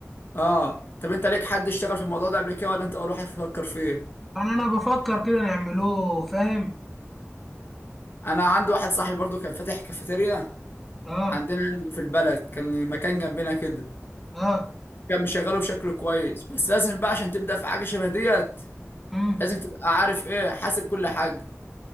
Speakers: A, on the left; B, in the centre.
A: اه طب انت ليك حد اشتغل في الموضوع ده قبل كده ولا انت اول واحد تفكر فيه
B: انا انا بفكر كده نعمله فاهم
A: انا عندي واحد صاحبي برضو كان فاتح كافيتيريا
B: اه
A: عندنا هنا في البلد كان المكان جنبنا كده
B: اه
A: كان مشغله بشكل كويس بس لازم بقى عشان تبدا في حاجه شبه ديت
B: امم
A: لازم تبقى عارف ايه حاسب كل حاجه